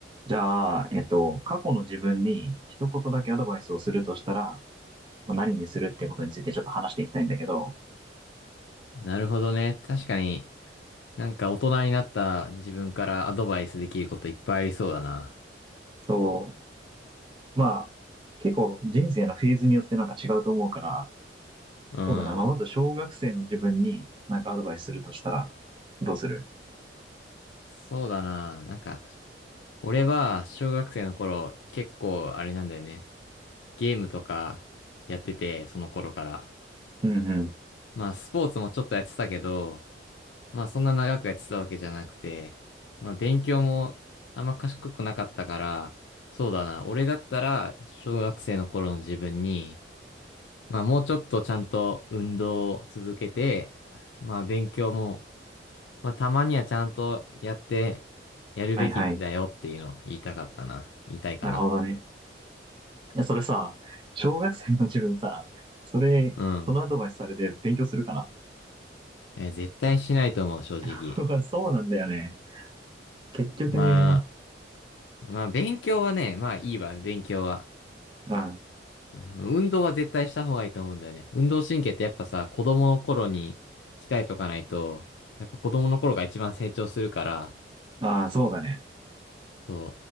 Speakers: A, on the right (about 25°); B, on the left (about 80°).
A: じゃあ、えっと、過去の自分に一言だけアドバイスをするとしたら、まあ何にするってことについてちょっと話していきたいんだけど、
B: なるほどね。確かに、なんか大人になった自分からアドバイスできることいっぱいありそうだな。
A: そう、まあ、結構人生のフェーズによってなんか違うと思うから、
B: うん。
A: そうだな、まあ、まず小学生の自分になんかアドバイスするとしたら、どうする
B: そうだな。なんか、俺は小学生の頃結構あれなんだよね。ゲームとかやってて、その頃から。
A: うんうん。
B: まあスポーツもちょっとやってたけど、まあそんな長くやってたわけじゃなくて、まあ勉強もあんま賢くなかったから、そうだな。俺だったら小学生の頃の自分に、まあもうちょっとちゃんと運動を続けて、まあ勉強も、まあたまにはちゃんとやってやるべきだよっていうのを言いたかったな。
A: はいはい。
B: 言いたいかな。
A: なるほどね。いやそれさ、小学生の自分さ、それ、
B: うん。
A: そのアドバイスされて勉強するかな
B: えー絶対しないと思う、正直。
A: <laughs> そうなんだよね。結局ね。
B: まあ、まあ勉強はね、まあいいわ、勉強は。
A: うん。
B: うん運動は絶対した方がいいと思うんだよね。運動神経ってやっぱさ、子供の頃に鍛えとかないと、やっぱ子供の頃が一番成長するから、
A: ああ、そうだね。
B: そ